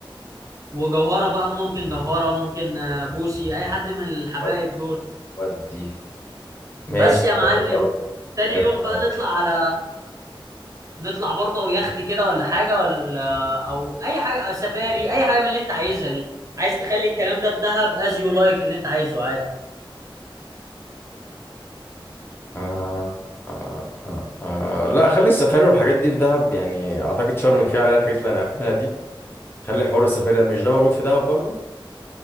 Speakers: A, on the right; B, on the left.
A: وجوهره بقى ممكن جوهره ممكن بوسي اي حد من الحبايب
B: ود-
A: دول
B: ودي ماشي
A: بس يا معلم
B: جامد قوي
A: تاني
B: جامد
A: يوم بقى
B: قوي
A: نطلع على نطلع برضه يخت كده ولا حاجة ولا أو أي حاجة أو سفاري أي حاجة من اللي أنت عايزها دي عايز تخلي الكلام ده في دهب از يو لايك اللي أنت عايزه عادي
B: آه آه آه آه. لا خلي السفاري والحاجات دي في دهب يعني اعتقد شرم كفايه عليها الحاجات اللي هنعملها دي خلي حوار السفاري ده مش ده موجود في دهب برضو